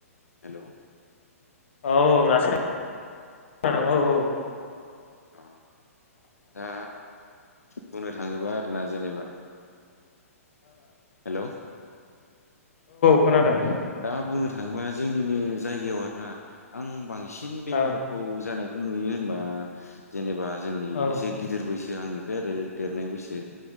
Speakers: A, on the left (about 75°); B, on the left (about 50°).
A: हेल'
B: औ दाबो खोनादों औ औ
A: अ दा बुंनो थाङोबा आरोना जेनेबा हेल'
B: खोनादों
A: ओ दा बुंनो थाङोबा जोंनिनो जायगायाव आरोना आं बांसिन सिन बेमारखौ
B: औ
A: जानायखौ नुयो होनबा जेनेबा जोंनि
B: औ
A: एसे गिदिर बैसो सो आंनिफ्राय आरो देरनाय बैसो